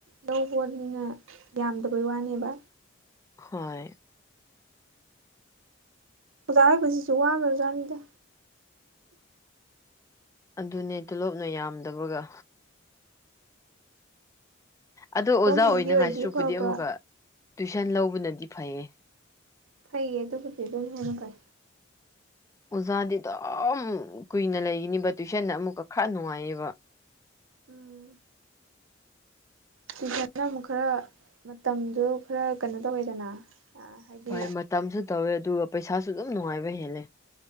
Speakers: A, on the right (about 80°); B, on the left (about 15°).
A: ꯂꯧꯕꯅꯤꯅ ꯌꯥꯝꯗꯕꯩ ꯋꯥꯅꯦꯕ꯫
B: ꯍꯣꯏ꯫
A: ꯑꯣꯖꯥ ꯍꯥꯏꯕꯁꯤꯁꯨ ꯋꯥꯒ꯭ꯔꯥꯖꯥꯠꯅꯤꯗ꯫
B: ꯑꯗꯨꯅꯦ ꯇꯣꯂꯣꯞꯅ ꯌꯥꯝꯗꯕꯒ ꯑꯗꯣ ꯑꯣꯖꯥ
A: ꯒꯣꯔꯃꯦꯟꯒꯤ
B: ꯑꯣꯏꯅ
A: ꯑꯣꯏꯗꯤ
B: ꯉꯥꯏꯁꯤꯇ꯭ꯔꯨꯄꯨꯗꯤ
A: ꯐꯕ
B: ꯑꯃꯨꯛꯀ ꯇꯨꯏꯁꯟ ꯂꯧꯕꯅꯗꯤ ꯐꯩꯌꯦ
A: ꯐꯩꯌꯦ ꯑꯗꯨꯒꯕꯨꯗꯤ ꯑꯗꯨ ꯍꯦꯟꯅ ꯐꯥꯏ
B: ꯑꯣꯖꯥꯗꯤ ꯑꯗꯨ ꯀꯨꯏꯅ ꯂꯩꯒꯅꯤꯕ ꯇꯨꯏꯁꯟꯗ ꯑꯃꯨꯛꯀ ꯈꯔ ꯅꯨꯡꯉꯥꯏꯌꯦꯕ
A: ꯎꯝ ꯇꯨꯏꯁꯟꯅ ꯑꯃꯨꯛ ꯈꯔ ꯃꯇꯝꯁꯨ ꯈꯔ ꯀꯩꯅꯣ ꯇꯧꯋꯦꯗꯅ ꯍꯥꯏꯗꯤ
B: ꯍꯣꯏ ꯃꯇꯝꯁꯨ ꯇꯧꯋꯦ ꯑꯗꯨꯒ ꯄꯩꯁꯥꯁꯨ ꯑꯗꯨꯝ ꯅꯨꯡꯉꯥꯏꯕ ꯍꯦꯜꯂꯦ